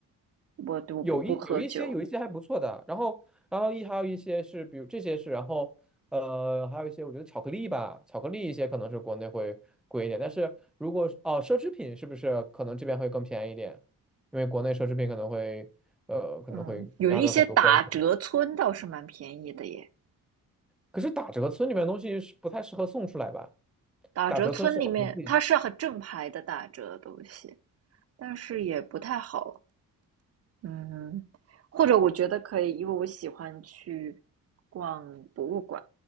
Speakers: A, on the right; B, in the centre.
A: 我我不不喝酒，
B: 有一有一些有一些还不错的，然后然后一还有一些是，比如这些是，然后呃还有一些我觉得巧克力吧，巧克力一些可能是国内会贵一点，但是如果是哦奢侈品是不是可能这边会更便宜一点？因为国内奢侈品可能会呃可能会加的很多关税，
A: 嗯，有一些打折村倒是蛮便宜的耶。
B: 可是打折村里面的东西是不太适合送出来吧？
A: 打折村里面它是很正牌的打折的东西，
B: 打折村适合我们自己，
A: 但是也不太好。嗯，或者我觉得可以，因为我喜欢去逛博物馆，